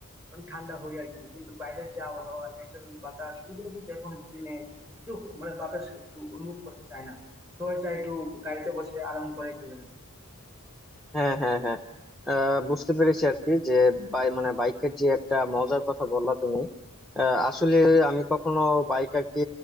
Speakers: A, on the right; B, in the centre.
A: মানে ঠান্ডা হই আর কি কিন্তু বাইরের যে আবহাওয়া ন্যাচারাল বাতাস ওগুলো কিন্তু এখন দিনে কেউ মানে বাতাস একটু অনুভব করতে চায় না সবাই চায় একটু গাড়িতে বসে আরাম করে চলে যেতে
B: হ্যাঁ হ্যাঁ হ্যাঁ আহ, বুঝতে পেরেছি আর কি যে বাই মানে বাইকের যে একটা মজার কথা বললা তুমি আহ, আসলে আমি কখনো বাইক আর কি